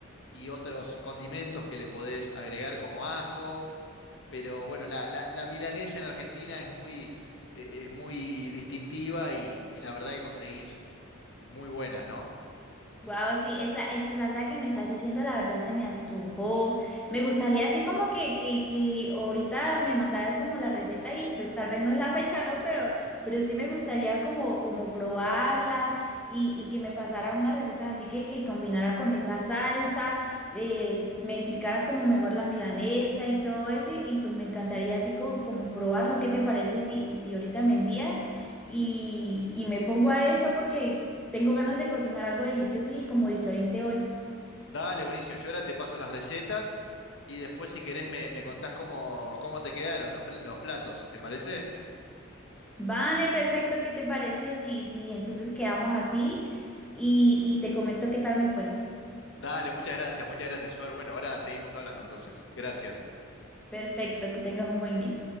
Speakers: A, on the left (about 60°); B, in the centre.
A: y otros condimentos que le podés agregar como ajo. Pero bueno, la, la- la milanesa en Argentina es muy, eh, es muy distintiva y, y la verdad que conseguís muy buenas, ¿no?
B: Wow, sí, esa, esa salsa que me estás diciendo, la verdad se me antojó. Me gustaría así como que, que, que ahorita me mandaras como la receta y pues tal vez no es la fecha, ¿no? Pero, pero sí me gustaría como, como probarla y, y que me pasaras unas recetas así que, que combinara con esa salsa, eh, me explicara como mejor la milanesa y todo eso y, y, pues me encantaría así co- como, probarlo. ¿Qué te parece si, si ahorita me envías y, y me pongo a eso porque... Tengo ganas de cocinar algo delicioso y como diferente hoy.
A: Dale, buenísimo. Yo ahora te paso las recetas y después si querés me, me contás cómo, cómo te quedaron los, pl- los platos, ¿te parece?
B: Vale, perfecto, ¿qué te parece? Sí, sí, entonces quedamos así y, y te comento qué tal me fue.
A: Dale, muchas gracias, muchas gracias, Suar. Bueno, ahora seguimos hablando entonces. Gracias.
B: Perfecto, que tengas un buen día.